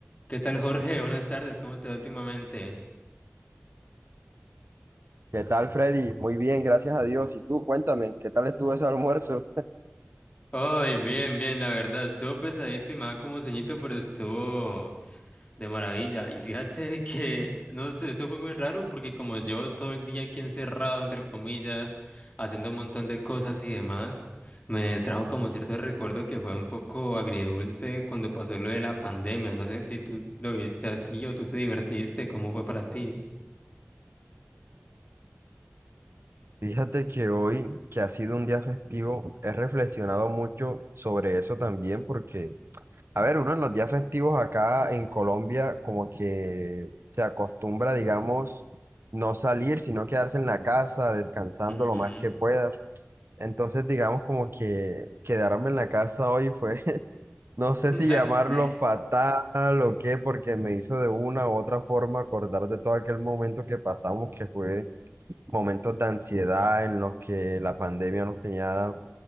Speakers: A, on the left (about 30°); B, on the right (about 65°).
A: ¿Qué tal, Jorge? Buenas tardes, ¿cómo te va últimamente?
B: ¿Qué tal, Freddy? Muy bien, gracias a Dios. Y tú, cuéntame, ¿qué tal estuvo ese almuerzo?
A: Ay, bien, bien, la verdad, estuvo pesadito y me daba como sueñito, pero estuvo de maravilla. Y fíjate <laughs> que, no sé, eso fue muy raro porque como llevo todo el día aquí encerrado, entre comillas, haciendo un montón de cosas y demás, me trajo como cierto recuerdo que fue un poco agridulce cuando pasó lo de la pandemia. No sé si tú lo viste así o tú te divertiste, ¿cómo fue para ti?
B: Fíjate que hoy, que ha sido un día festivo, he reflexionado mucho sobre eso también porque, a ver, uno en los días festivos acá en Colombia como que se acostumbra, digamos, no salir, sino quedarse en la casa, descansando
A: Ujú.
B: lo más que puedas. Entonces, digamos, como que quedarme en la casa hoy fue No sé
A: <laughs>
B: si llamarlo fatal o qué, porque me hizo de una u otra forma acordar de todo aquel momento que pasamos, que fue momentos de ansiedad en los que la pandemia nos tenía,